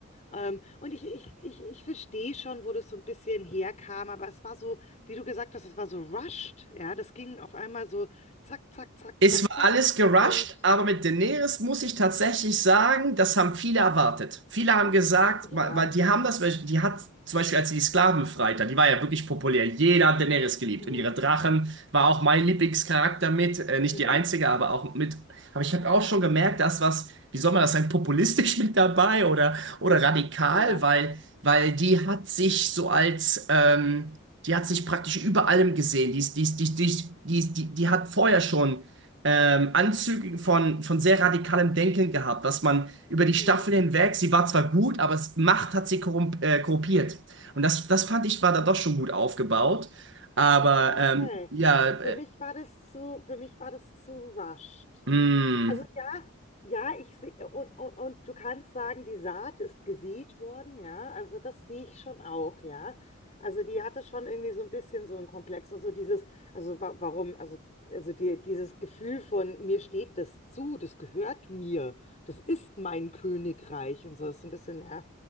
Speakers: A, on the left (about 35°); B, on the right (about 60°).
A: Ähm, und ich, ich, ich, ich verstehe schon, wo das so ein bisschen herkam, aber es war so, wie du gesagt hast, es war so rushed. Ja, das ging auf einmal so zack, zack, zack,
B: Es
A: zack,
B: war
A: zack.
B: alles gerusht,
A: Und
B: aber mit Daenerys muss ich tatsächlich sagen, das haben viele erwartet. Viele haben gesagt,
A: Ja,
B: weil weil die haben das, die hat zum Beispiel, als sie die Sklaven freit hat, die war ja wirklich populär. Jeder hat Daenerys geliebt
A: mhm,
B: und ihre Drachen war auch mein Lieblingscharakter mit, äh, nicht
A: mhm,
B: die einzige, aber auch mit. Aber ich habe auch schon gemerkt, dass was, wie soll man das sagen, populistisch <laughs> mit dabei oder oder radikal,
A: ja.
B: weil weil die hat sich so als ähm, Die hat sich praktisch über allem gesehen. Die, ist- die, ist- die, die, die, die, die hat vorher schon ähm, Anzüge von, von sehr radikalem Denken gehabt, dass man über
A: mhm.
B: die Staffeln hinweg, sie war zwar gut, aber es, Macht hat sie korrump äh, korrumpiert. Und das, das fand ich, war da doch schon gut aufgebaut. Aber
A: Ah,
B: ähm,
A: Okay.
B: ja,
A: Für mich war das zu, für mich war das zu rushed.
B: äh,
A: Also ja, ja, ich sehe, und, und, und du kannst sagen, die Saat ist gesät worden, ja, also das sehe ich schon auch, ja. Also die hatte schon irgendwie so ein bisschen so ein Komplex, also dieses, also wa warum, also, also die, dieses Gefühl von, mir steht das zu, das gehört mir, das ist mein Königreich und so ist so ein bisschen, ja,